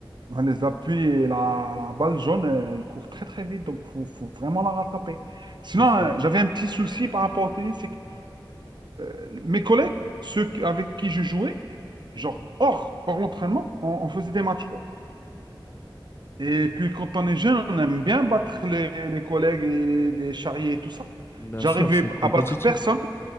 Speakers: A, on the right (about 60°); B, on the left (about 30°).
A: les appuis et la, la balle jaune, elle court très très vite. Donc, faut, faut vraiment la rattraper. Sinon,
B: C'est sûr.
A: euh, j'avais un petit souci par rapport au tennis. C'est que euh, mes collègues, ceux qui- avec qui je jouais, genre hors, hors l'entraînement, on, on faisait des matchs, quoi. Et puis quand on est jeune, on aime bien battre les, les collègues et les, les charriers et tout ça.
B: Bien
A: J'arrivais
B: sûr, c'est compétitif.
A: à battre personne,